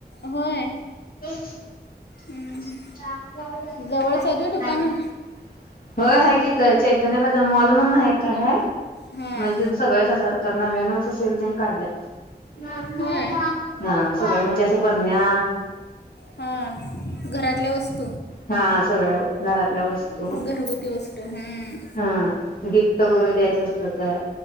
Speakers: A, on the left (about 75°); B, on the left (about 55°).
A: होय
B: ह
A: हम्म.
B: बाय
A: जवळच आहेत व्हय दुकानं
B: होय आहे किथ चैतन्यबाज मॉल म्हण नाही काय हय
A: हां
B: म्हणजे तिथं सगळंच अस नव्यानवच असेल काढ हा
A: होय
B: सगळ म्हणजे असं बरण्या
A: हा घरातल्या वस्त
B: हा सगळ्या घरातल्या वस्तू
A: घरगुती वस्तू हां
B: हा गिफ्ट वगैरे द्यायचं असल तर